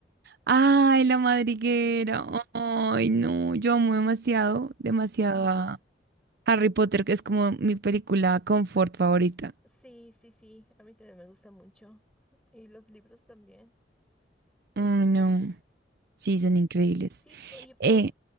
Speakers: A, on the right (about 60°); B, in the centre.
A: Ay, la madriguera.
B: Ujú.
A: Ay, no, yo amo demasiado,
B: <clears throat>
A: demasiado a
B: <laughs>
A: Harry Potter, que es como mi película confort favorita.
B: Sí, sí, sí, a mí también me gusta mucho. Y los libros también
A: Ay,
B: son geniales.
A: no. Sí, son increíbles.
B: Sí, oye, pero,
A: Eh,